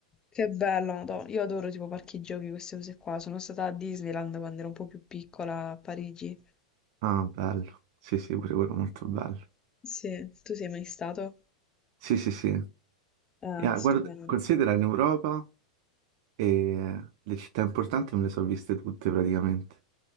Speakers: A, on the left (about 20°); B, on the right (about 55°).
A: Che bello, Madò. Io adoro tipo parchi giochi, queste cose qua. Sono stata a Disneyland quando ero un po' più piccola a Parigi.
B: Ah, bello. Sì, sì, pure quello molto bello.
A: Sì, tu sei mai stato?
B: Sì, sì, sì.
A: Ah,
B: E, ah,
A: stupendo.
B: guarda, considera in Europa e le città importanti me le sono viste tutte praticamente.